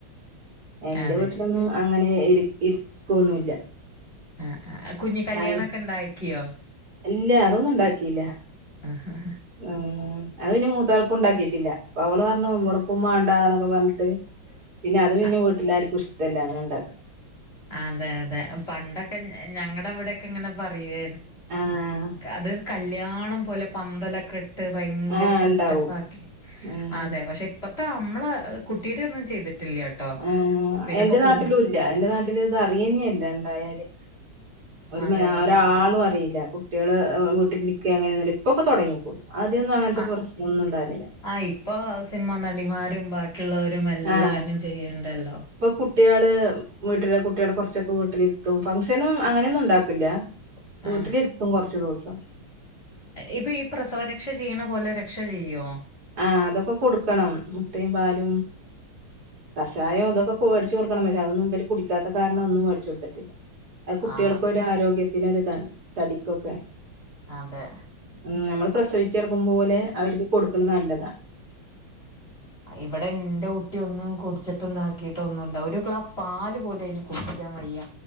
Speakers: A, on the left; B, on the right.
A: ആഹ്
B: എൻ്റെ
A: അതെ
B: വീട്ടിലൊന്നും
A: ശരി
B: അങ്ങനെ ഇരി ഇരി ഇരിക്കൊന്നുല്ല
A: ആഹ് ആഹ് കുഞ്ഞ് കല്യാണൊക്കെ
B: ആയി
A: ഉണ്ടാക്കിയോ
B: ഇല്ല അതൊന്നും ഉണ്ടാക്കീല്ല
A: ആഹ് ആഹ് ആ
B: ഉം അത് ഇനി മൂത്താൾക്കും ഉണ്ടാക്കിട്ടില്ല അപ്പൊ അവള് പറഞ്ഞു ഇവൾക്കും മാണ്ടാന്നൊക്കെ പറഞ്ഞിട്ട് പിന്നെ അത് പിന്നെ
A: ആഹ്
B: വീട്ടിലാർക്കും ഇഷ്ടല്ല അങ്ങനെ ഉണ്ടാക്കു
A: അതെ അതെ പണ്ടൊക്കെ ഞങ്ങടെ ഇവടെക്കെ ഇങ്ങനെ പറയു
B: ആഹ്
A: അത് കല്യാണം പോലെ പന്തലൊക്കെ ട്ട് ഭയങ്കര
B: ആഹ്
A: സെറ്റപ്പ്
B: ഉണ്ടാവും
A: ആക്കി
B: ഉം
A: അതെ പക്ഷെ ഇപ്പ ട്ടോ നമ്മളെ കുട്ടീടെ ഒന്നും ചെയ്തിട്ടില്ല ട്ടോ
B: ആ
A: പിന്നെപ്പോ
B: എൻ്റെ നാട്ടിലും
A: കുടും
B: ഇല്ല എൻ്റെ നാട്ടില് ഇത് അറിയന്നെല്ല ഉണ്ടായാല് ഒരു
A: അതെ
B: മ
A: അതെ
B: ഒരാളും അറിയില്ല കുട്ടിയാള് വീട്ടിലിരിക്കെ അങ്ങനെ ന ഇപ്പൊക്കെ തൊടങ്ങീക്കും ആദ്യം ന്നു അങ്ങൻത്തെ
A: ആഹ്
B: പ്രശ്നൊന്നും ഉണ്ടായിര്ന്നില്ല
A: ആഹ് ഇപ്പൊ സിനിമ നടിമാരും ബാക്കിയുള്ളവരും എല്ലാരും
B: ആഹ്
A: ചെയ്യ്ണ്ടല്ലോ
B: ഇപ്പൊ കുട്ടിയാള് വീട്ടില കുട്ടികള് ക കൊർച്ചൊക്കെ വീട്ടിലിര്ത്തും ഫംഗ്ഷനും അങ്ങനെയൊന്നും ഉണ്ടാക്കില്ല വീട്ടിലിരുത്തും
A: ആഹ്
B: കൊർച്ചു ദിവസം
A: ഇപ്പൊ ഈ പ്രസവ രക്ഷ ചെയ്യണ പോലെ രക്ഷ ചെയ്യോ
B: ആഹ് അതൊക്കെ കൊടുക്കണം മുട്ടയും പാലും കഷായം ഇതൊക്കെ വേട്ച്ച് കൊടുക്കണം പക്ഷേ അതൊന്നും ഇവര് കുടിക്കാത്ത കാരണം ഒന്നും മേട്ച്ചൊട്ത്തിട്ട്ല്ല അ കുട്ടികാൾക്ക
A: ആഹ്
B: ഒരു ആരോഗ്യത്തിനൊരിതാണ് തടിക്കൊക്കെ
A: അതെ
B: ഉം നമ്മൾ പ്രസവിച്ചിറക്കും പോലെ അവർക്ക് കൊടുക്കണ നല്ലതാ
A: ഇവടെ ഇന്റെ കുട്ടി ഒന്നും കുടിച്ചിട്ടും ഇതാക്കിയിട്ട ഒന്നുല്ല ഒരു ഗ്ലാസ് പാല് പോലു അയ്ന് കൊ ൻ വയ്യ